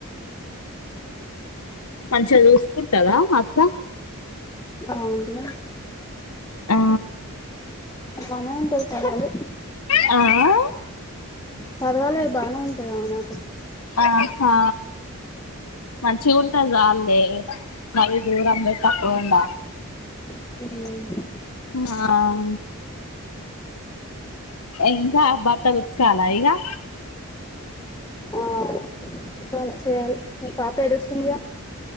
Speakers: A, on the left; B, on the left.
A: మంచిగా చూసుకుంటదా మ అత్త
B: అ అంటద
A: ఆ
B: బానే ఉంటది పర్వాలేదు
A: ఆ
B: పర్వాలే బానే ఉంటదమే నాతోకు
A: ఆహా మంచిగుంటే సాల్లే మరి దూరం పెట్టకుండా
B: మ్
A: ఆ ఇంకా బట్టలు ఉతుకాలా ఇగా
B: ఆ ఉతకలే చెయాలే మీ పాప ఏడుస్తుంది గా